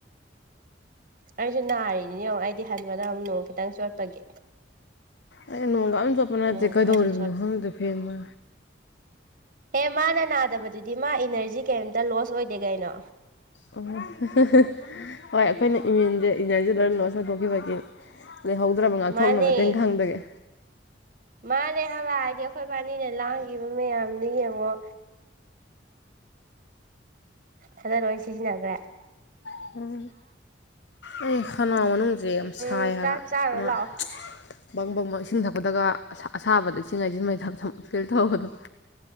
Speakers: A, on the right (about 50°); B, on the left (about 70°).
A: ꯑꯩꯁꯨ ꯅꯥꯔꯤꯅꯤꯅꯤꯉꯣ ꯑꯩꯗꯤ ꯍꯟꯕꯗ ꯑꯃꯨꯛ ꯅꯣꯡ ꯈꯤꯇꯪ ꯆꯣꯠꯄꯒꯤ
B: ꯑꯩ ꯅꯣꯡꯒ ꯑꯝ ꯆꯣꯠꯄ ꯅꯥꯠꯇꯦ
A: ꯅꯣꯡ
B: ꯀꯩꯗꯧꯔꯤꯕꯅꯣ
A: ꯈꯔꯁꯨ
B: ꯈꯪꯗꯦ ꯐꯦꯟ ꯃꯥ
A: ꯑꯦ ꯃꯥꯅ ꯅꯥꯗꯕꯗꯨꯗꯤ ꯃꯥ ꯏꯅꯔꯖꯤ ꯀꯩꯝꯇ ꯂꯣꯁ ꯑꯣꯏꯗꯦ ꯀꯩꯅꯣ
B: ꯑꯣꯍꯣ <unintelligible> ꯍꯣꯏ ꯑꯩꯈꯣꯏꯅ ꯏꯃ꯭ꯌꯨꯟꯖꯦ ꯏꯅꯔꯖꯤ ꯂꯣꯏ ꯂꯣꯁ ꯑꯣꯏꯊꯣꯛꯈꯤꯕꯒꯤ ꯂꯩꯍꯧꯗ꯭ꯔꯕ ꯉꯥꯛꯊꯣꯛꯅꯕ
A: ꯃꯥꯅꯦ
B: ꯇꯤꯟꯈꯪꯗꯒꯤ
A: ꯃꯥꯅꯦ ꯍꯥꯏꯕ ꯍꯥꯏꯗꯤ ꯑꯈꯣꯏ ꯕꯥꯅꯤꯅ ꯂꯥꯡꯒꯤꯕ ꯃꯌꯥꯝꯗꯨ ꯌꯦꯡꯉꯣ ꯍꯜꯂ ꯂꯣꯏ ꯁꯤꯖꯤꯟꯅꯒ꯭ꯔꯦ
B: <unintelligible> ꯎꯝ ꯑꯩ ꯈꯅꯥꯎ ꯃꯅꯨꯡ ꯖꯦ ꯌꯥꯝ
A: ꯎꯝ
B: ꯁꯥꯏ ꯍꯥꯏꯕ
A: ꯆꯥꯛ ꯆꯥꯔꯨꯔ
B: ꯑꯃ <unintelligible>
A: ꯂꯥꯛꯑꯣ
B: ꯕꯪ ꯕꯪ ꯕꯪ ꯏꯁꯤꯡ ꯊꯛꯄꯗꯒ ꯑꯁꯥ ꯑꯁꯥꯕꯗ ꯏꯁꯤꯡ ꯍꯩꯖꯤꯟ ꯃꯩꯊꯛ ꯊꯝ ꯐꯤꯜ ꯇꯧꯕꯗꯣ